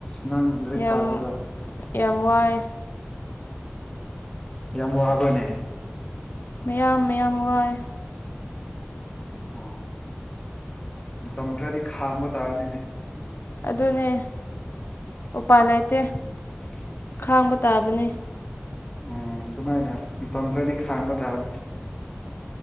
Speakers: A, on the left; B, on the left.
A: ꯅꯍꯥꯡ ꯂꯥꯏꯔꯤꯛ
B: ꯌꯥꯝ
A: ꯇꯥꯛꯄꯗꯣ
B: ꯌꯥꯝ ꯋꯥꯏ
A: ꯌꯥꯝ ꯋꯥꯕꯅꯦ
B: ꯃꯌꯥꯝ ꯃꯌꯥꯝ ꯋꯥꯏ
A: ꯑ ꯃꯇꯝ ꯈꯔꯗꯤ ꯈꯥꯡꯕ ꯇꯥꯕꯅꯤꯅꯦ
B: ꯑꯗꯨꯅꯦ ꯎꯄꯥꯏ ꯂꯩꯇꯦ
A: ꯑꯣ
B: ꯈꯥꯡꯕ ꯇꯥꯕꯅꯤ
A: ꯎꯝ ꯑꯗꯨꯃꯥꯏꯅ ꯇꯝꯈ꯭ꯔꯗꯤ ꯈꯥꯡꯕ ꯇꯥꯕ